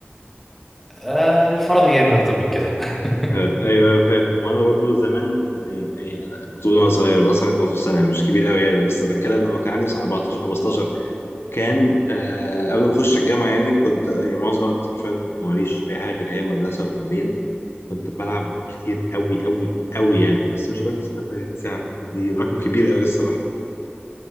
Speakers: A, in the centre; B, on the left.
A: آه الفراغ يعمل أكتر من كده <laughs>
B: <laughs> آه، ايوه ايوه فاهم وانا برضو زمان يعني يعني انا كنت بقول وانا صغير اصلا 18 سنه مش كبير قوي يعني بس بتكلم لما كان عندي مثلا 14 15 كان آه قبل ما اخش الجامعه يعني كنت يعني معظم الوقت حرفيا ماليش اي حاجه غير هي مدرسه وتمرين كنت بلعب كتير قوي قوي قوي يعني بس مش لدرجه 36 ساعه دي رقم كبير قوي الصراحه